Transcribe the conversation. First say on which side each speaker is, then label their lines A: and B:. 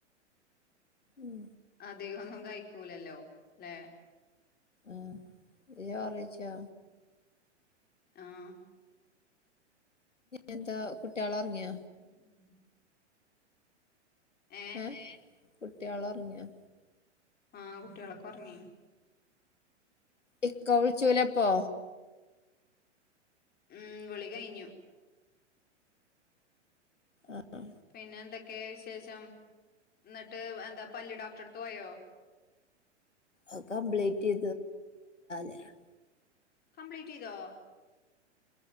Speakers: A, on the left; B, on the left.
A: ഉം
B: അധികൊന്നും കഴിക്കൂലല്ലോ ലേ
A: ആഹ് ഇയോറെയ്ച്ചോ
B: ആഹ്
A: എന്താ കുട്ട്യേളൊർങ്ങിയൊ
B: ഉം ഉം <unintelligible> ഏഹ്
A: ഏ കുട്ട്യേളൊർങ്ങിയൊ
B: ആ കുട്ട്യേളൊക്കൊർങ്ങി
A: ഇക്ക വ്ൾച്ചൂലപ്പൊ
B: ഉം വിളി കഴിഞ്ഞു
A: ആഹ്
B: പിന്നെ എന്തൊക്കെ വിശേഷം എന്നിട്ട് എന്താ പല്ല് ഡോക്ടറട്ത്ത് പോയോ?
A: അത് കംപ്ലീറ്റ് <unintelligible>
B: കംപ്ലീറ്റയ്തോ?